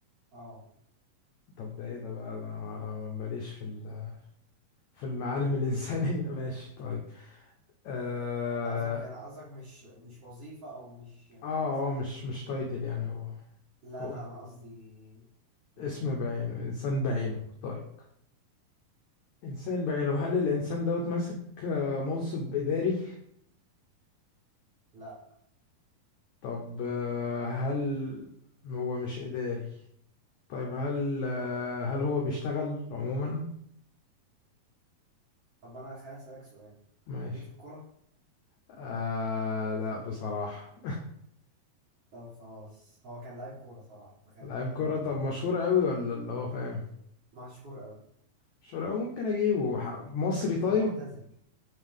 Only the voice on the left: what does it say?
طب ده ايه ده بقى انا ماليش في ال- <laughs> في المعالم الانسانيه <laughs> ماشي طيب اه
اه
آه، مش مش تايتل يعني هو
هو
اسم بعينه انسان بعينه طيب انسان بعينه هل الانسان دوت ماسك آه، منصب اداري
طب آه، هل هو مش اداري طيب هل آه، هل هو بيشتغل عموما
ماشي
آه لا بصراحه
<laughs>
لعيب
كرة طب
مشهور قوي ولا اللي هو فاهم
شراوي ممكن اجيبه ح- مصري طيب